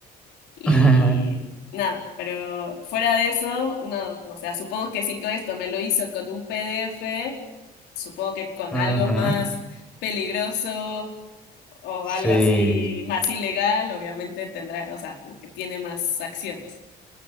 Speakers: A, on the left (about 85°); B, in the centre.
A: Y
B: <laughs>
A: nada, pero fuera de eso, no, o sea, supongo que si todo esto me lo hizo con un PDF, supongo que con
B: ujú,
A: algo más peligroso o
B: Sí.
A: algo así más ilegal, obviamente tendrá, o sea, como que tiene más acciones.